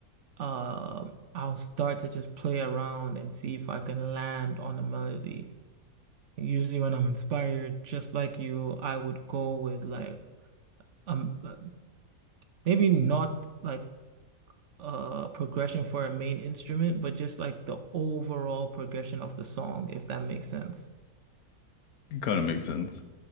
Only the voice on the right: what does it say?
um I'll start to just play around and see if I can land on a melody. Usually when I'm inspired, just like you, I would go with like um uh, maybe not like a progression for a main instrument, but just like the overall progression of the song, if that makes sense.